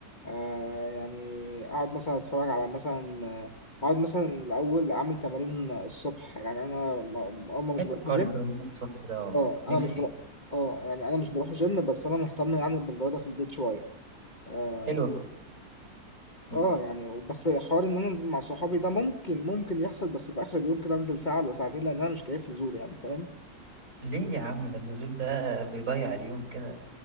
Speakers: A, on the left; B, on the right.
A: آه، يعني اقعد مثلا اتفرج على مثلا آه، اقعد مثلا الاول اعمل تمارين الصبح يعني انا م- اما مش
B: حلو
A: بروح
B: حوار
A: جيم
B: التمرين الصبح ده والله
A: اه انا
B: نفسي
A: مش بروح اه يعني انا مش بروح جيم بس انا مهتم يعني بالرياضه في البيت شويه اه
B: حلو م-
A: آه، يعني بس حوار ان انا انزل مع صحابي ده ممكن ممكن يحصل بس في اخر اليوم كده انزل ساعه ولا ساعتين لان انا مش كيف نزول يعني فاهم
B: ليه يا عم ده النزول ده بيضيع اليوم كده